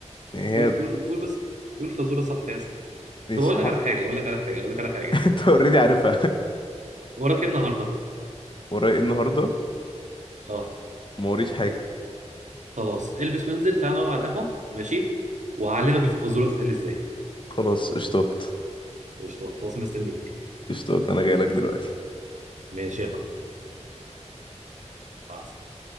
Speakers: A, on the left; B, on the right.
A: يعني هي
B: قول قول قول بس قول فزورة صح يا اسطى
A: مش
B: طب أقول
A: ح...
B: لك
A: <laughs>
B: على حاجة أقول لك على حاجة أقول لك على حاجة
A: أنت أوريدي عارفها
B: و- وراك إيه النهاردة
A: ورايا إيه النهاردة
B: أه
A: ما وريش حاجة
B: خلاص البس وانزل تعال نقعد على القهوة ماشي وهعلمك الفزورة بتتقال إزاي
A: خلاص قشطات
B: مش خلاص مستنيك
A: قشطات أنا جايلك دلوقتي
B: ماشي يا محمد مع السلامة